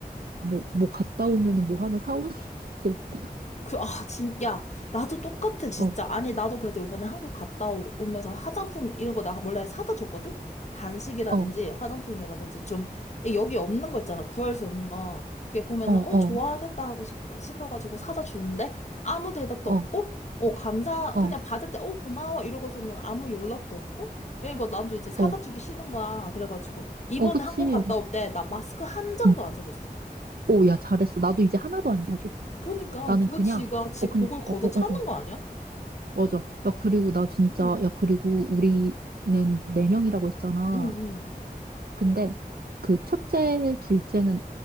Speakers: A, on the right (about 75°); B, on the left (about 45°).
A: 뭐, 뭐 갔다 오면은 뭐 하나 사오는 <laughs> 것도 없다.
B: 그, 아, 진, 야, 나도 똑같아, 진짜.
A: 어,
B: 아니, 나도 그래도 이번에 한국 갔다 오- 오면서 화장품 이런 거 나 원래 사다 줬거든? 간식이라든지
A: 어,
B: 화장품이라든지 좀, 이 여기 없는 거 있잖아. 구할 수 없는 거. 그게 보면은,
A: 어,
B: 어,
A: 어,
B: 좋아하겠다 하고 싶, 싶어가지고 사다 주는데 아무 대답도
A: 어,
B: 없고, 어, 감사,
A: 어,
B: 그냥 받을 때, 어, 고마워. 이러고서는 아무 연락도 없고, 이거 나도 이제 사다
A: 어,
B: 주기 싫은 거야. 그래가지고, 이번에
A: 어, 그치.
B: 한국 갔다 올 때 나 마스크 한 장도
A: 응.
B: 안 사줬어.
A: 오, 야, 잘했어. 나도 이제 하나도 안 사줘.
B: 그러니까
A: 나는
B: 그거
A: 그냥,
B: 지가 지
A: 어, 근,
B: 복을 걷어
A: 어, 어, 어,
B: 차는
A: 어,
B: 거 아니야?
A: 맞아. 야, 그리고 나 진짜,
B: 응
A: 야, 그리고 우리는 네 명이라고 했잖아.
B: 응, 응.
A: 근데 그 첫째, 둘째는,